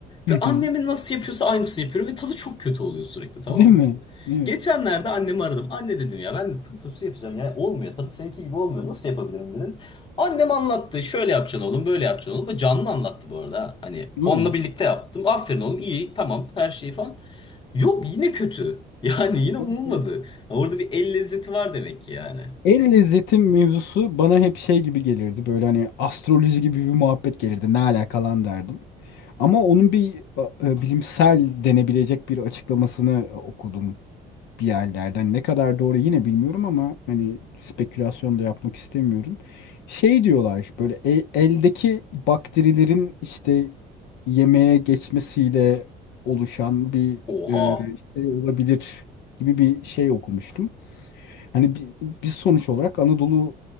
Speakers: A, on the left; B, on the left.
A: Hı
B: Ve
A: hı.
B: annemin nasıl yapıyorsa aynısını yapıyorum. Ve tadı çok kötü oluyor sürekli tamam
A: Değil
B: mı?
A: mi? Evet.
B: Geçenlerde annemi aradım. Anne dedim ya ben kuru fasulye yapacağım. Ya olmuyor. Tadı seninki gibi olmuyor. Nasıl yapabilirim dedim. Annem anlattı. Şöyle yapacaksın oğlum, böyle yapacaksın oğlum. Canlı anlattı bu arada. ha. Hani
A: Hı.
B: onunla birlikte yaptım. Aferin oğlum, iyi, tamam, her şey falan. Yok yine kötü. <laughs> Yani yine umulmadı.
A: Evet, evet.
B: Ya Orada bir el lezzeti var demek ki yani.
A: El lezzeti mevzusu bana hep şey gibi gelirdi böyle hani astroloji gibi bir muhabbet gelirdi ne alakalan derdim. Ama onun bir e, bilimsel denebilecek bir açıklamasını e, okudum bir yerlerden. Ne kadar doğru yine bilmiyorum ama hani spekülasyon da yapmak istemiyorum. Şey diyorlar böyle e- eldeki bakterilerin işte yemeğe geçmesiyle oluşan bir
B: Oha.
A: e, şey olabilir gibi bir şey okumuştum. Hani bi- biz sonuç olarak Anadolu